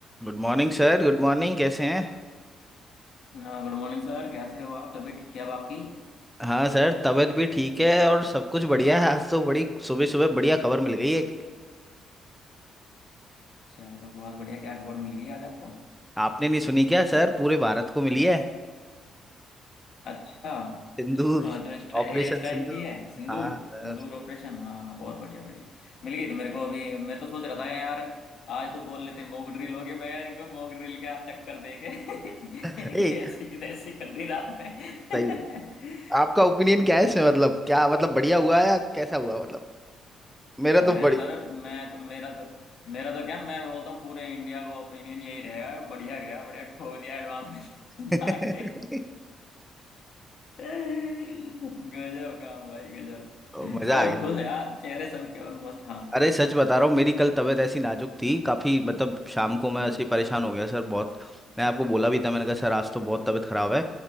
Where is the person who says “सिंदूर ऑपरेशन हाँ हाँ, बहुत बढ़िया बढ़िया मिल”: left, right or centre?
Left